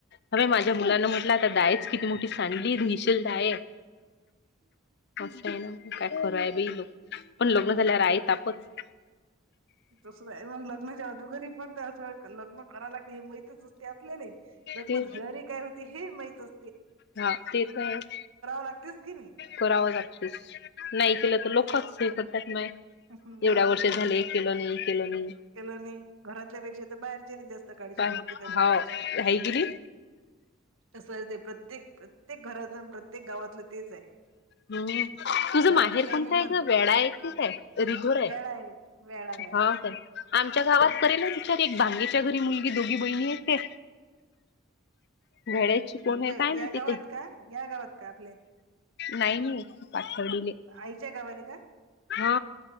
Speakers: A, on the left; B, on the right.
A: बाय माझ्या मुलांना म्हटलं आता डायच किती मोठी सांडली <unintelligible> शेल डाय हाय. कसं आहे ना काय खरं आहे बाय लोक पण लग्न झाल्यावर आहे तापचं.
B: तसच हाय मग लग्नच्याआदू घरी पण ते असं लग्न कराय लागते हे माहितच अस ते आपल्याले
A: ते
B: <unintelligible> झरी काय होती हे माहित अस
A: हा ते तर आहेच.
B: लागतेच की नाही.
A: करावं लागतेच नाही केलं तर लोकच हे करतात माय.
B: मग
A: एवढ्या वर्ष झाले किमान केलं नाही.
B: केलं नाही घरातल्यापेक्षा तर बाहेरच्याला जास्त काळजी
A: काय
B: पडते त्या गोष्टीची.
A: हाव आहे की नाही
B: तस आहे ते प्रत्येक-प्रत्येक घराच्याच अन प्रत्येक गावातलं तेच आहे.
A: हम्म तुझं
B: घरातले
A: माहेर
B: काही
A: कोणता
B: नाहीत
A: आहे
B: म्हणत
A: ग वेडा आहे की काय? रिधोर आहे
B: वेळा वेळा वेळा
A: हा ताई आमच्या गावात
B: हम्म.
A: करेल तर एक भांगेच्या घरी मुलगी दोघी बहिणी आहेत त्या. <unintelligible>
B: गुमच्या
A: काय माहिती
B: या गावात
A: ते
B: का या गावात का आपल्या.
A: नाही-नाही पाथर्डीले.
B: आईच्या गावाले का?
A: हा